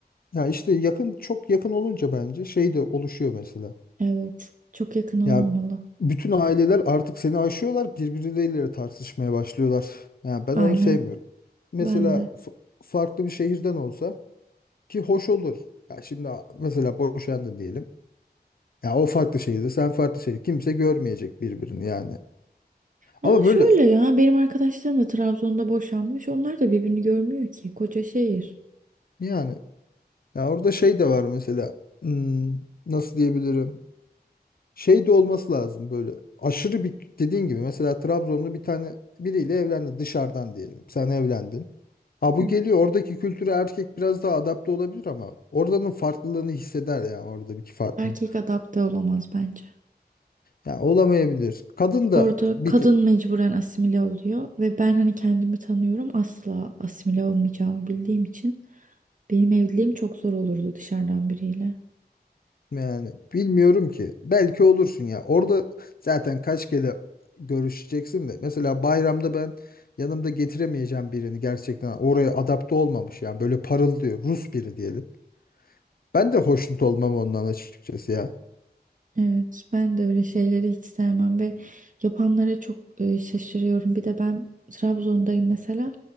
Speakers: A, on the left (about 60°); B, on the right (about 50°).
A: Ya işte yakın çok yakın olunca bence şey de oluşuyor mesela.
B: Evet. Çok yakın olmamalı.
A: Ya bütün aileler artık seni aşıyorlar, birbirleriyle tartışmaya başlıyorlar. Ya ben
B: Aynen.
A: onu sevmiyorum. Mesela
B: Ben de.
A: f- farklı bir şehirden olsa ki hoş olur. Ya şimdi a- mesela boşandın diyelim. Ya o farklı şehirde, sen farklı şehir, Kimse görmeyecek birbirini yani.
B: Ama
A: Ama
B: şöyle
A: böyle
B: ya benim arkadaşlarım da Trabzon'da boşanmış. Onlar da birbirini görmüyor ki. Koca şehir.
A: yani ya orada şey de var mesela. hmm, nasıl diyebilirim? şey de olması lazım böyle aşırı bir dediğin gibi mesela Trabzonlu bir tane biriyle evlendi dışarıdan diyelim. Sen evlendin. Ha bu
B: Hı.
A: geliyor oradaki kültüre erkek biraz daha adapte olabilir ama oradanın farklılığını hisseder yani oradaki farklılığı.
B: Erkek adapte olamaz bence.
A: Yani olamayabilir. Kadın da
B: Orada
A: bir
B: kadın
A: tık
B: mecburen asimile oluyor ve ben hani kendimi tanıyorum asla asimile olmayacağımı bildiğim için Benim evliliğim çok zor olurdu dışarıdan biriyle.
A: yani bilmiyorum ki belki olursun ya. Orada zaten kaç kere görüşeceksin de mesela bayramda ben yanımda getiremeyeceğim birini gerçekten oraya adapte olmamış yani böyle parıl diyor Rus biri diyelim. Ben de hoşnut olmam ondan açıkçası ya.
B: Evet, ben de öyle şeyleri hiç sevmem ve yapanlara çok e, şaşırıyorum. Bir de ben Trabzon'dayım mesela.